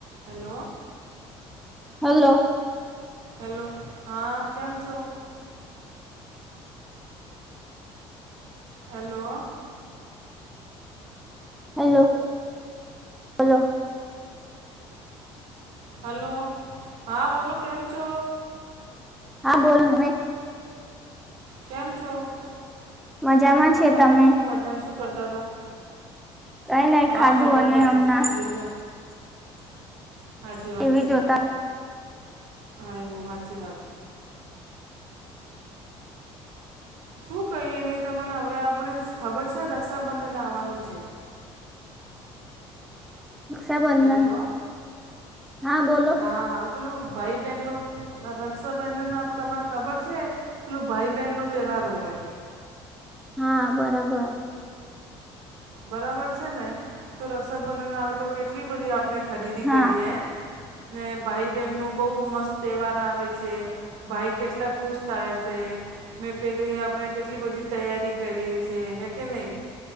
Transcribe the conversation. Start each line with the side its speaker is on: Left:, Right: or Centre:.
Right: હેલો
Centre: હલો
Right: હેલો હા કેમ છો. હેલો
Centre: હલો હલો
Right: હલો હા બોલો કેમ છો.
Centre: હા બોલ ને મેં
Right: કેમ છો.
Centre: મજામાં
Right: બસ
Centre: છે, તમે
Right: અમે પણ મજામાં શું કરતા હતા.
Centre: કઈ નઈ
Right: હા
Centre: ખાધું
Right: મજા
Centre: અને
Right: મેશે
Centre: હમણાં
Right: શું બીગડી સાચી
Centre: ટીવી
Right: વાત છે.
Centre: જોતા
Right: હ વ હાચી વાત શું કહીએ મેં તને હવે આપણે ખબર છે, રક્ષાબંધનન આવવાનું છે. <inaudible>
Centre: રક્ષાબંધન
Right: હેલો
Centre: હા બોલો
Right: હા આવું પેલું ભાઈ બહેનનુ રક્ષાબંધન આપ તમાને ખબર છે પેલું ભાઈ બહેન નો તહેવાર હોય.
Centre: હા બરાબર
Right: બરાબર છે ને તો રક્ષાબંધન નામે તો કેટલી બધી આપણે ખરીદી
Centre: હા
Right: કરીએ ને ભાઈ બહેનનું બહુ મસ્ત તહેવાર આવે છે. ભાઈ કેટલા ખુશ થાય છે. મેં પેલી આપણે કેટલી બધી તૈયારી કરીએ છ છેએ હે કે નહી